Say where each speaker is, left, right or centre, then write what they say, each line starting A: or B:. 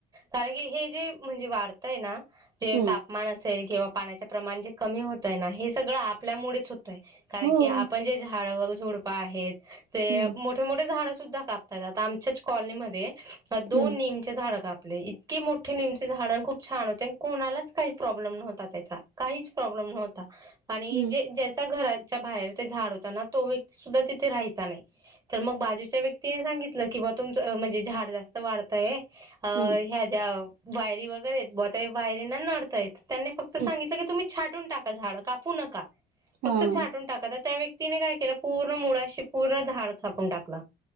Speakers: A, on the right; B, on the right.
A: कारण की हे जे म्हणजे वाढतय ना? जे
B: हम्म
A: तापमान असेल. किंवा पाण्याचे प्रमाण जे कमी होतय ना, हे सगळं आपल्यामुडेच होत कारण
B: हम्म
A: की आपण जे झाडव दोडपा आहेत. ते
B: हम्म
A: मोठे, मोठे झाडं सुद्धा कापतात आमच्याच कॉलनीमध्ये अ दोन
B: हम्म
A: नीमचे झाड काप आपले इतके मोठे नीमचे झाड नं खूप छान होते, नं कोणालाच काही प्रॉब्लेम नव्हता त्याचा काहीच प्रॉब्लेम नव्हता आणि
B: हम्म
A: जे ज्याचा घराच्या बाहेर ते झाड होता ना तो व्यक्ती सुद्धा तिे राहायचा नाही तर मग बाजूच्या व्यक्तीने सांगितलं किंवा तुमंच म्हणजे झाड जास्त वाढतय-
B: हम्म
A: अ ह्या ज्या वायरी वगैरे आहेत बता वायरी ना नडतायत त्यांनी फक्त सांगितलं
B: हम्म
A: की तुम्ही छाटून टाका झाडं कापू नका फक्त
B: हा
A: छाटून टाका तर त्या व्यक्ती तिने काय केलं पूर्ण मुळाशी पूर्ण झाड कापून टाकल,